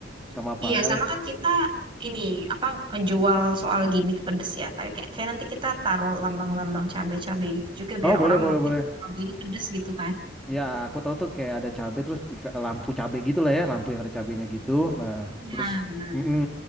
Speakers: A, in the centre; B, on the right (about 25°).
A: sama apa
B: iya,
A: ada
B: sama kan kita ini, apa, jual soal gimmick pedes ya. Kayak, kayak kayak nanti kita taruh lambang-lambang cabai-cabai gitu juga
A: oh
B: biar
A: boleh
B: orang
A: boleh
B: notice
A: boleh
B: kalau ini pedes gitu kan.
A: Ya, aku tahu tuh kayak ada cabe terus di- lampu cabe gitu lah ya, lampu yang ada cabenya gitu. Nah,
B: Iya,
A: terus
B: benar.
A: mm-mm,